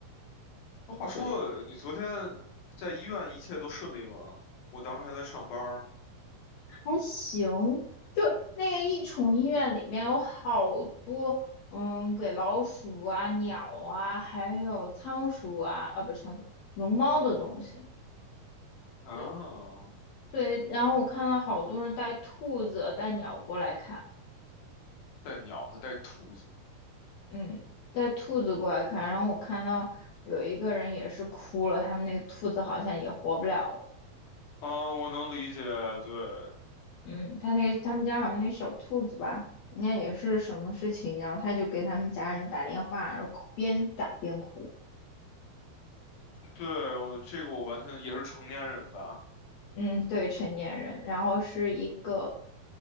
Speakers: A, on the left; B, on the left.
A: 那话说，
B: 对，
A: 你昨天在医院一切都顺利吗？我当时还在上班儿
B: 还行，就那个益宠医院里面有好多，嗯，给老鼠啊、鸟啊，还有仓鼠啊，啊，不是仓鼠，龙猫的东西。
A: 啊，
B: 对。对，然后我看到好多人带兔子、带鸟过来看，
A: 带鸟和带兔子。
B: 嗯，带兔子过来看，然后我看到有一个人也是哭了，他们那个兔子好像也活不了了，
A: 啊，我能理解，对，
B: 嗯，他那个他们家好像那小兔子吧，应该也是什么事情，然后他就给他们家人打电话，然后哭边打边哭，
A: 对，我这个我完全也是成年人吧，
B: 嗯，对，成年人，然后是一个